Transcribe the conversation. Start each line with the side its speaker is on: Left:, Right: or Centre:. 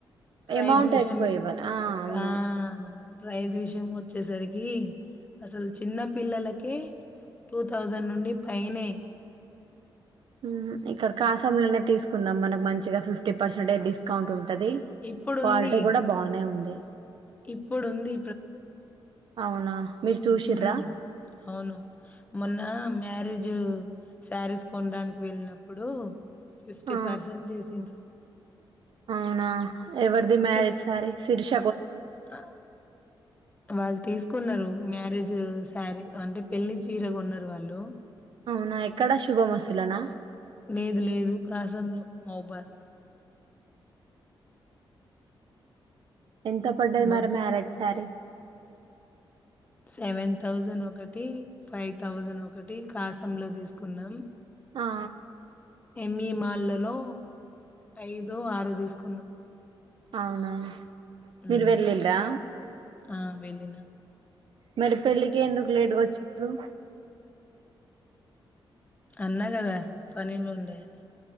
Left: ప్రైజ్
Right: అమౌంట్
Left: విష
Right: ఎక్కువ ఇవ్వాలి ఆ అవును
Left: ఆ ప్రైజ్ విషయం వచ్చేసరికి అసలు చిన్న పిల్లలకే టూ థౌసండ్ నుండి పైనే
Right: హ్మ్ హు ఇక్కడ కాసాం లోనే తీసుకుందాం మనకు మంచిగా ఫిఫ్టీ పర్సెంట్ డిస్కౌంట్ ఉంటుంది అంటది
Left: ఇప్పుడుంది.
Right: క్వాలిటీ కూడా బానే ఉంది
Left: ఇప్పుడుంది
Right: అవునా మీరు చూసిర్రా
Left: ఉమ్ అవును మొన్న
Right: అవును
Left: మ్యారేజ్ జు శారీస్ కొనడానికి వెళ్ళినప్పుడు ఫిఫ్టీ
Right: ఆ
Left: పర్సెంట్ చేసిండ్రు
Right: అవునా ఎవరిది మ్యారేజ్
Left: కి
Right: సారి శిరిష
Left: ఆ వాళ్ళు తీసుకున్నారు మ్యారేజ్ శారీ అంటే పెళ్లి చీర కొన్నారు వాళ్ళు
Right: అవునా ఎక్కడా శుభమస్తు లోన
Left: లేదు లేదు కాసంలో మహబూబబాద్
Right: ఎంత పడ్డది
Left: బ
Right: మరి మ్యారేట్ శారీ
Left: సెవెన్ థౌజండ్ ఒకటి ఫైవ్ థౌజండ్ ఒకటి కాసం లో తీసుకున్నామ్
Right: ఆ
Left: మ్ వి మాళ్ళలో ఐదో ఆరు తీసుకున్నాం
Right: అవునా
Left: హ్మ్.
Right: మీరు వెల్లిండ్రా
Left: ఆ! వెళ్ళిన.
Right: మరి పెళ్ళి కే ఎందుకు లేట్ వచ్చానారు
Left: అన్నా గదా పనులు ఉండేయని